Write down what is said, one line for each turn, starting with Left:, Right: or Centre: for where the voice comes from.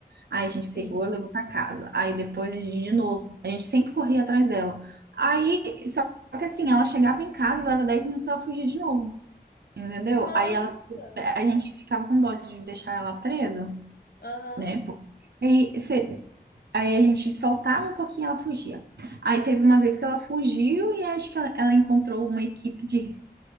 Right: aí a gente
Left: Sim.
Right: pegou e levou pra casa. Aí depois a gente de novo. A gente sempre corria atrás dela. Aí, só que assim, ela chegava em casa, dava 10 minutos, ela fugia de novo. Entendeu?
Left: Nossa.
Right: Aí ela, a gente ficava com dó de deixar ela presa
Left: Aham.
Right: né? pô. Aí, cê- aí a gente soltava um pouquinho e ela fugia. Aí teve uma vez que ela fugiu e acho que ela, ela encontrou uma equipe de